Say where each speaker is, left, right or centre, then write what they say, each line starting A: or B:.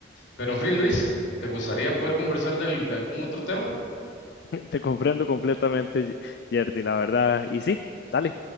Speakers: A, on the left; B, on the left.
A: Pero en fin, Luis, ¿te gustaría poder conversar del- de algún otro tema?
B: <laughs> Te comprendo completamente, Yerdy, la verdad. Y sí, dale,